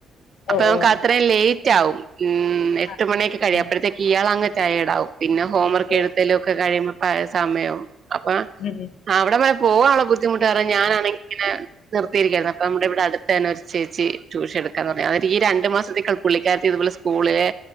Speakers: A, on the right; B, on the left.
A: അപ്പൊ
B: ഓ
A: നമുക്ക്
B: ഓ
A: അത്രയും ലേറ്റ് ആവും ഉം എട്ട്
B: ആ,
A: മണിയൊക്കെ കഴിയും
B: ഉം
A: അപ്പോഴത്തേക്ക് ഇയാൾ അങ്ങ് റ്റയെഡവും പിന്നെ ഹോം വർക്ക്
B: ഓ
A: എഴുത്തലും ഒക്കെ കഴിയുമ്പോപ്പ സമയവും അപ്പൊ
B: അതേ
A: ആഹ് അവിടെവരെ പോകാ ഉള്ള ബുദ്ധിമുട്ട് കാരണം ഞാനാണങ്കി ഇങ്ങനെ നിർത്തിയിരിക്കായിരുന്നു അപ്പൊ നമ്മുടെ ഇവിടെ അടുത്ത തന്നെ ഒരു ചേച്ചി ട്ടൂഷ എടുക്കാന്ന് പറ അവരി രണ്ട് മാസത്തേക്കൾ പുള്ളിക്കാരത്തി ഇതുപോലെ സ്കൂളിലെ